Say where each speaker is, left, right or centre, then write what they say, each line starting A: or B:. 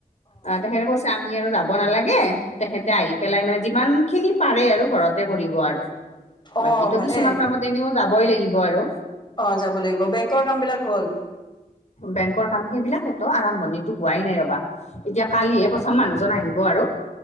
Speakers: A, on the left; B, on the left.
A: অ তেখেতে কৈছ আমি আৰু যাব নালাগে। তেখেতে আহি পেলাই মানে যিমানখিনি পাৰে আৰু ঘৰতে কৰিব আৰু।
B: অ
A: বাকীটো
B: ভালে
A: কিছুমান কামত এনেও যাবই লাগিব আৰু।
B: অ যাব লাগিব। বেংকৰ কামবিলাক হ'ল?
A: বেংকৰ কাম সেইবিলাক সেইটো আৰম্ভণিটো হোৱাই নাই ৰ'বা। এতিয়া কালিহে
B: অ
A: প্ৰথম মানুহজন আহিব আৰু।